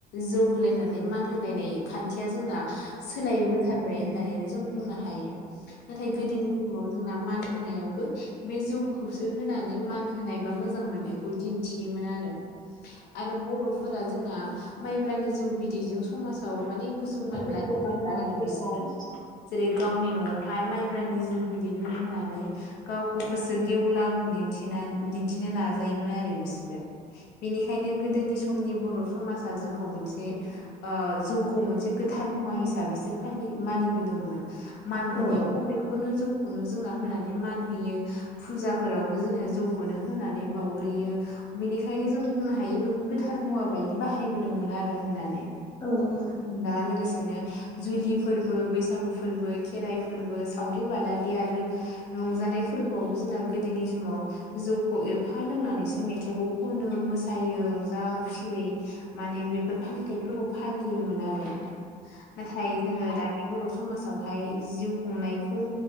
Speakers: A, on the left (about 85°); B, on the left (about 25°).
A: जौ होलायनानै मान होलायनाय खान्थिया जोंना सोलायबोथारबाय होननानैनो जों बुंनो हायो नाथाय गोदोनि समाव जोंना मान होनायावबो बे जौखौसो होनानै मान होनाय बा मोजां मोननायखौ दिन्थियोमोन आरो आरो बर' फोर जोंना माइब्रानि जौ बिदैजों समाज व माने गोजौ मान
B: गोथौ
A: लाखिबोदों
B: लाखिबोदों
A: आरो बिसोरो
B: आरो
A: जेरै गावनि न'आवहाय माइब्रानि जौ बिदै लोंहोनानै गावखौ गोसो गेवलां दिन्थि दिन्थिनो नाजायोमोन आरो बिसोरो बेनिखायनो गोदोनि समनि बर' समाजा जोंखौ मोनसे ओ जौखौ मोनसे गोथार मुवा हिसाबैसो फालि मानि दमोन मान
B: औ
A: होनायावबो बेखौनो जौखौनो जोंना होनानै मान होयो। फुजाफोरावबो जोङो जौखौनो होनानै बाउग्रोयो। बेनिखायनो जों बुंनो हायो बेखौ गोथार मुवा बायदि बाहायबोदोंमोन आरो होननानै
B: औ औ
A: दा लोगोसेनो जुलि फोरबो बैसाग बैसागु फोरबो खेराइ फोरबो सावरि बादालि आरो रंजानाय फोरबोआवबो जोंना गोदोनि समाव जौखौ एफा लोंनानैसो मेथाइखौ खनो मोसायो रंजा खुसियै माने बेफोर फालिथायाइफोरखौ फालियोमोन आरो नाथाय जोङो दानि बर' समाजावहाय जिउ खुंनायखौ